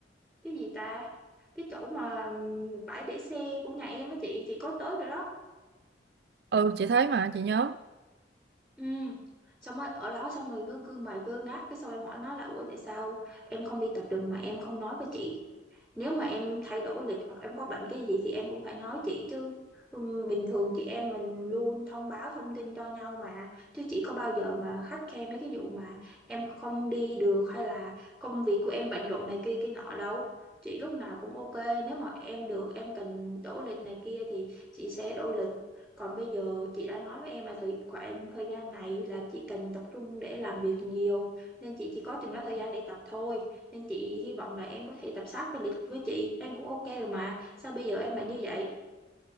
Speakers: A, in the centre; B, on the right.
A: cái gì ta cái chỗ mà ừm, bãi để xe của nhà em á chị chị có tới rồi đó
B: Ừ chị thấy mà chị nhớ
A: ừ xong rồi ở đó xong rồi cứ gương mày gương ngác cái xong em hỏi nó là ủa tại sao em không đi tập được mà em không nói với chị nếu mà em thay đổi lịch hoặc em có bệnh cái gì thì em cũng phải nói chị chứ ừm, bình thường chị em mình luôn thông báo thông tin cho nhau mà chứ chị có bao giờ mà khắt khe mấy cái vụ mà em không đi được hay là công việc của em bận rộn này kia kia nọ đâu chị lúc nào cũng ok nếu mà em được em cần đổi lịch này kia thì chị sẽ đổi lịch còn bây giờ chị đã nói với em là thời khoảng thời gian này là chị cần tập trung để làm việc nhiều nên chị chỉ có chừng đó thời gian để tập thôi nên chị hy vọng là em có thể tập sát với lịch với chị em cũng ok rồi mà sao bây giờ em lại như vậy